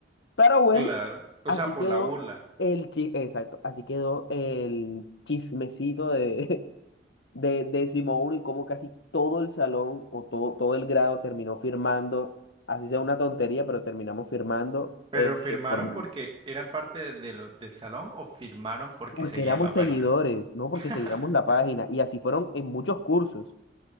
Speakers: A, on the left; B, on the right.
A: Pero bueno,
B: Claro. O
A: así
B: sea, por
A: quedó
B: la burla.
A: el chi- exacto, así quedó el chismecito de, <laughs> de décimo uno y cómo casi todo el salón o todo, todo el grado terminó firmando, así sea una tontería, pero terminamos firmando
B: Pero
A: eh,
B: firmaron
A: eh, por memes.
B: porque eran parte de lo- del salón o firmaron porque
A: Porque
B: seguían
A: éramos
B: la
A: seguidores,
B: página.
A: no porque
B: <laughs>
A: seguíamos la página, y así fueron en muchos cursos.